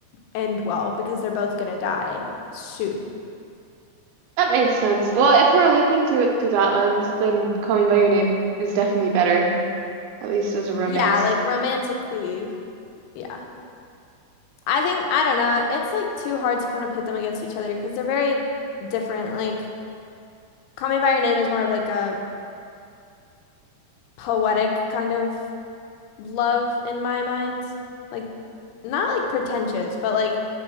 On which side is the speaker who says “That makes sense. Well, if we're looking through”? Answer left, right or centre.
Right